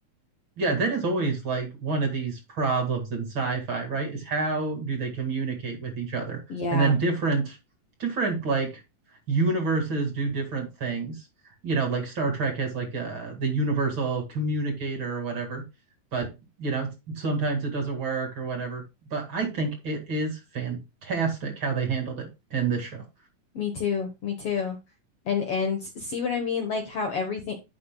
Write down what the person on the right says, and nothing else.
Yeah, that is always like one of these problems in sci-fi, right? Is how do they communicate with each other?
And then different different like universes do different things. You know, like Star Trek has like uh the universal communicator or whatever, but you know, sometimes it doesn't work or whatever. But I think it is fantastic how they handled it in this show.